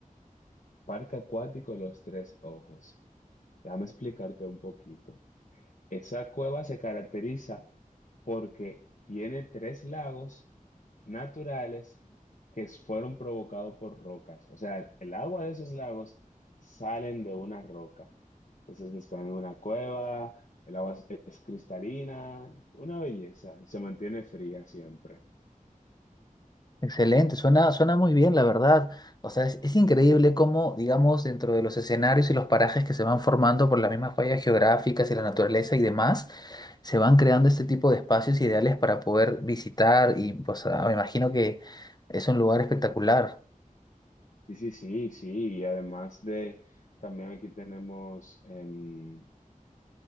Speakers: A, on the left (about 60°); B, on the left (about 30°).
A: Parque Acuático Los Tres Ojos. Déjame explicarte un poquito. Esa cueva se caracteriza porque tiene tres lagos naturales que fueron provocados por rocas. O sea, el, el agua de esos lagos salen de una roca. Entonces están en una cueva, el agua es, es cristalina, una belleza y se mantiene fría siempre.
B: Excelente, suena, suena muy bien, la verdad. O sea, es, es increíble cómo, digamos, dentro de los escenarios y los parajes que se van formando por las mismas fallas geográficas y la naturaleza y demás, se van creando este tipo de espacios ideales para poder visitar y, pues, ah, me imagino que es un lugar espectacular.
A: Sí, sí, sí, sí. Y además de, también aquí tenemos em,